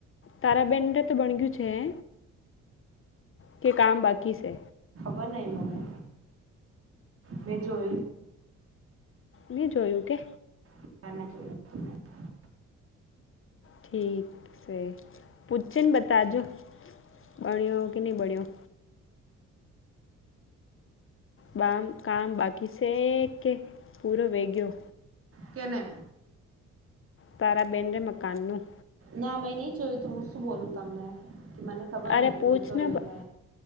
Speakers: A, on the left (about 45°); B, on the right (about 50°).
A: તારાબેન રે તો બની ગયું છે હે? કે કામ બાકી છે
B: બ ન મને મેં જોયું
A: મે જોયું કે
B: જો
A: ઠીક છે પૂછછ ને બતાજો બણ્યો કે નહીં બણ્યો બામ કામ બાકી છેે કે પૂરો વેગયો
B: કેને
A: તારાબેન મકાનનું
B: ના મેં નહી જોયું તું હું શું બોલું તમને કે મને ખબર
A: અરે
B: નથી
A: પૂછને
B: મેં જોયું
A: બ-
B: એને